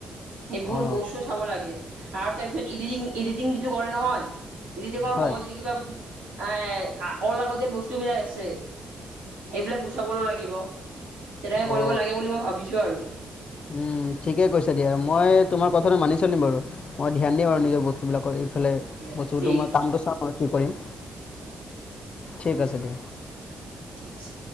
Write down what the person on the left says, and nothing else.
অ
হয়
অ
উম, ঠিকে কৈছা দিয়া, মই তোমাৰ কথাটো মানি চলিম বাৰু, মই ধ্যান দিম আৰু নিজৰ বস্তুবিলাকৰ ইফালে
বস্তুটো
মই
কামটো চাম আৰু কি কৰিম,
ঠিক আছে দিয়া।